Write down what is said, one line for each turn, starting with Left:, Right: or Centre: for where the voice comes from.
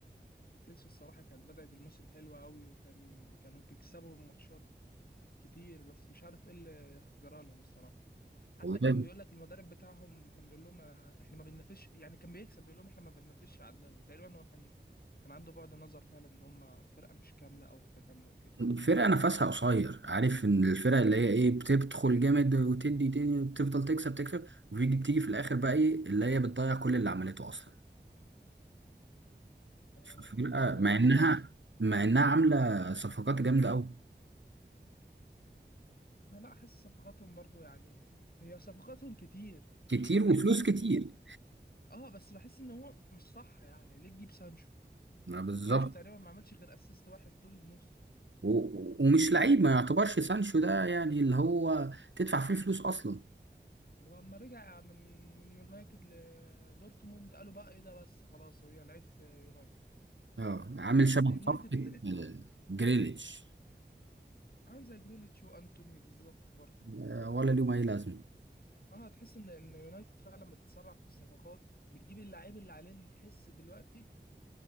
Left: تشيلسي الصراحة كانت بدأت الموسم حلوة قوي وكان كانوا بيكسبوا ماتشات ك- كتير بس مش عارف ايه اللي جرى لهم الصراحة حتى
Right: والله
Left: كان بيقول لك المدرب بتاعهم كان بيقول لهم آه، احنا ما بننافسش يعني كان بيكسب بيقول لهم احنا ما بننافسش على الدوري تقريبا هو كان كان عنده بعد نظر فعلا ان هم فرقة مش كاملة او متكاملة وكده
Right: فرقة نفسها قصير عارف ان الفرق اللي هي ايه بتدخل جامد وتدي تاني وتفضل تكسب تكسب وبيجي بتيجي في الاخر بقى ايه اللي هي بتضيع كل اللي عملته اصلا
Left: آه،
Right: فرقة
Left: طب وايه
Right: مع
Left: رأيك
Right: انها
Left: في ارسنال
Right: مع انها عاملة صفقات جامدة قوي
Left: انا لا احس صفقاتهم برضو يعني هي صفقاتهم كتير
Right: كتير
Left: بس انا
Right: وفلوس
Left: بحس ان
Right: كتير
Left: اه بس بحس ان هو مش صح يعني ليه تجيب سانشو
Right: ما بالظبط
Left: سانشو تقريبا ما عملش غير اسيست واحد طول الموسم
Right: و... و- ومش لعيب ما يعتبرش سانشو ده يعني اللي هو تدفع فيه فلوس اصلا
Left: هو اما رجع من من يونايتد لدورتموند قالوا بقى ايه ده بس خلاص هي لعيب في يونايتد
Right: اه عامل
Left: بس
Right: شبه
Left: يونايتد
Right: صفقة
Left: طلعت
Right: آه، جريليتش
Left: عامل زي جريليتش وانتوني بالظبط برضه
Right: آه، ولا ليهم اي لازمة
Left: اه تحس ان ان يونايتد فعلا بتسرع في الصفقات بتجيب اللعيب اللي عليه الحس دلوقتي